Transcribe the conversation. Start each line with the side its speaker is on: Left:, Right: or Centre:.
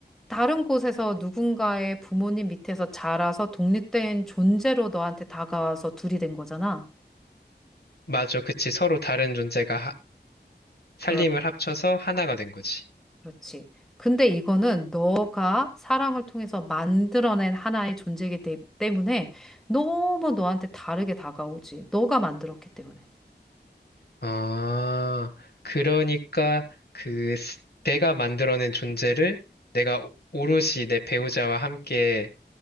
Centre: 다른 곳에서 누군가의 부모님 밑에서 자라서 독립된 존재로 너한테 다가와서 둘이 된 거잖아.
Left: 맞아, 그치. 서로 다른 존재가 하- 살림을
Centre: 그렇,
Left: 합쳐서 하나가 된 거지.
Centre: 그렇지. 근데 이거는 너가 사랑을 통해서 만들어낸 하나의 존재이기 때- 때문에 너무 너한테 다르게 다가오지. 너가 만들었기 때문에.
Left: 아, 그러니까 그 스- 내가 만들어낸 존재를 내가 오- 오롯이 내 배우자와 함께